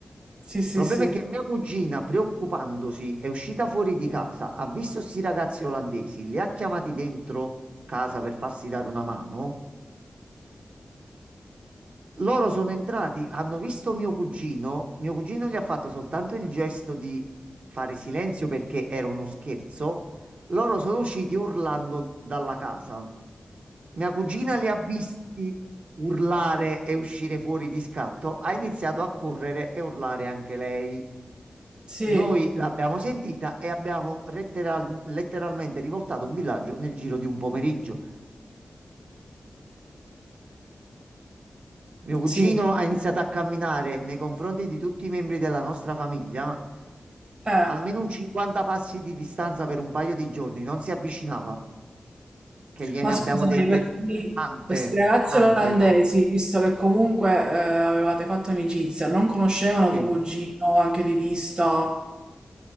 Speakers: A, on the right; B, on the right.
A: Sì, sì,
B: Il problema
A: sì.
B: è che mia cugina, preoccupandosi, è uscita fuori di casa, ha visto sti ragazzi olandesi, li ha chiamati dentro casa per farsi dare una mano. Loro sono entrati, hanno visto mio cugino, mio cugino gli ha fatto soltanto il gesto di fare silenzio perché era uno scherzo. Loro sono usciti urlando dalla casa. Mia cugina li ha visti urlare e uscire fuori di scatto, ha iniziato a correre e urlare anche lei.
A: Sì,
B: Noi l'abbiamo sentita e abbiamo letteral- letteralmente rivoltato un villaggio nel giro di un pomeriggio. Mio cugino
A: sì,
B: ha iniziato a camminare nei confronti di tutti i membri della nostra famiglia,
A: eh.
B: almeno un 50 passi di distanza per un paio di giorni, non si avvicinava, che gliene
A: Ma scusami,
B: abbiamo dette
A: questi,
B: tante,
A: questi ragazzi
B: tante.
A: olandesi, visto che comunque eh, avevate fatto amicizia, non conoscevano
B: Sì.
A: tuo cugino anche di vista?